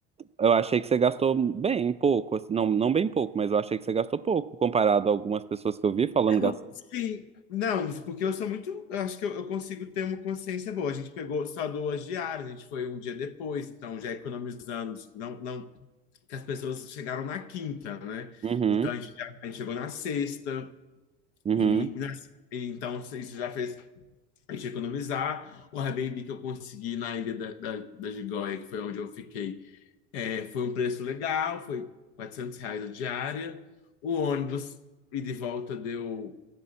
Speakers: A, on the right; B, on the left.
A: eu achei que você gastou bem pouco. assim, Não, não bem pouco, mas eu achei que você gastou pouco comparado a algumas pessoas que eu vi falando
B: É bom.
A: gastar.
B: Sim, não, porque eu sou muito. Eu acho que eu, eu consigo ter uma consciência boa. A gente pegou só duas diárias, a gente foi um dia depois, então já economizamos. Não, não, que as pessoas chegaram na quinta, né?
A: Uhum.
B: Então a gente, já- a gente chegou na sexta,
A: Uhum,
B: e, na- e então isso já fez a gente economizar. O Airbnb que eu consegui na Ilha da, da, da Gigoia, que foi onde eu fiquei É, foi um preço legal, foi 400 reais a diária. O ônibus e de volta deu